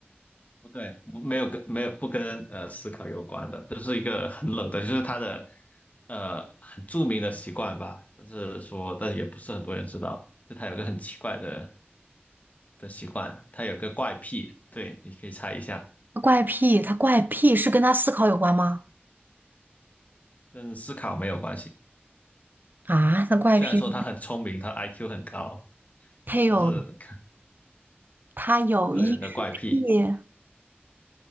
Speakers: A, on the left; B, on the right.
A: 不对，没有跟没有不跟呃思考有关的，就是一个很冷的，就是他的呃很著名的习惯吧，就是说，但也不是很多人知道，就他有个很奇怪的的习惯，他有个怪癖，对，你可以猜一下，
B: 他怪癖，他怪癖是跟他思考有关吗？
A: 跟思考没有关系。
B: 啊，他怪癖，
A: 虽然说他很聪明，他 IQ 很高，
B: 他有
A: 但是
B: 他有异食癖、
A: 个人的怪癖